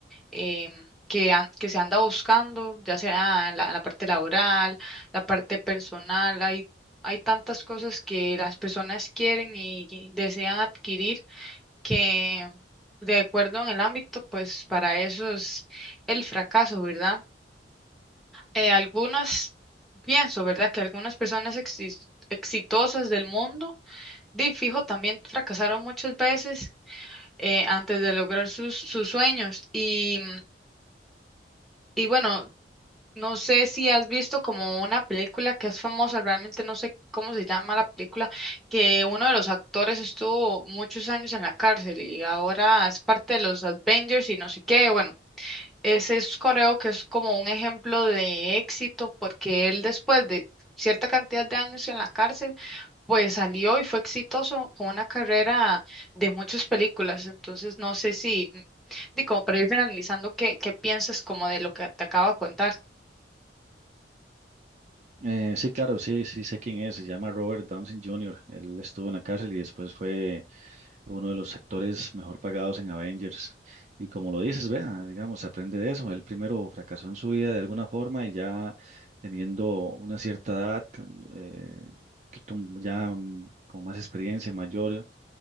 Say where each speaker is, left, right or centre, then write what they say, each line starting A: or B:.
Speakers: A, in the centre; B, on the right.
A: em, que, an- que se anda buscando, ya sea en la, en la parte laboral, la parte personal. Hay, hay tantas cosas que las personas quieren y y desean adquirir que de acuerdo en el ámbito, pues para eso es el fracaso, ¿verdad? Eh, algunas, pienso, ¿verdad? Que algunas personas exis- exitosas del mundo, de fijo, también fracasaron muchas veces eh, antes de lograr sus, sus sueños. Y, y bueno, No sé si has visto como una película que es famosa, realmente no sé cómo se llama la película, que uno de los actores estuvo muchos años en la cárcel y ahora es parte de los Avengers y no sé qué. Bueno, ese es coreo que es como un ejemplo de éxito porque él después de cierta cantidad de años en la cárcel, pues salió y fue exitoso con una carrera de muchas películas. Entonces, no sé si, de como para ir finalizando, ¿qué, qué piensas como de lo que te acabo de contar?
B: Eh, sí, claro, sí, sí sé quién es. Se llama Robert Downey Jr. Él estuvo en la cárcel y después fue uno de los actores mejor pagados en Avengers. Y como lo dices, vea, digamos, aprende de eso. Él primero fracasó en su vida de alguna forma y ya teniendo una cierta edad, eh, un poquito ya mm, con más experiencia, mayor,